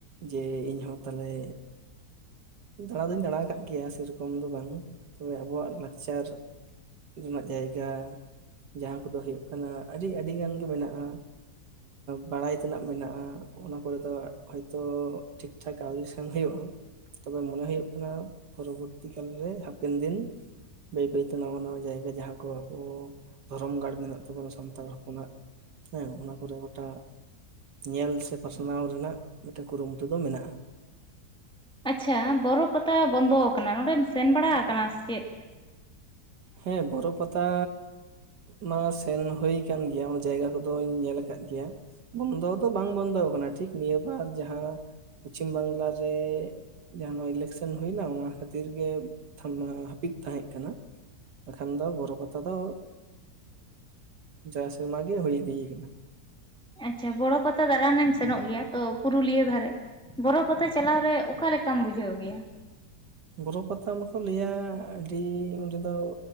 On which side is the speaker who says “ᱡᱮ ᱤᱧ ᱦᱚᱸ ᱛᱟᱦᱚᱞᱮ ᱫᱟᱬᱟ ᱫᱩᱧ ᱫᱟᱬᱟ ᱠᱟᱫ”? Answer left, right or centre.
Right